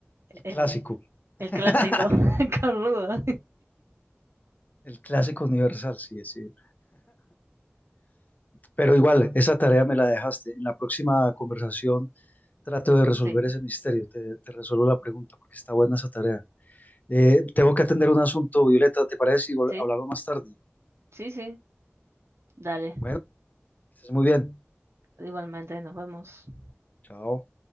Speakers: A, on the left; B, on the right.
A: el
B: el,
A: clásico.
B: el
A: <laughs>
B: clásico <laughs> cornudo.
A: El clásico universal, sí, sí. Pero igual, esa tarea me la dejaste. En la próxima conversación trato de resolver
B: Sí,
A: ese misterio. Te, te resuelvo la pregunta porque está buena esa tarea. Eh, tengo que atender un asunto, Violeta, ¿te parece? Y vol-
B: sí,
A: hablamos más tarde.
B: sí, sí, dale.
A: Bueno, que estés muy bien.
B: Igualmente, nos vemos.
A: Chao.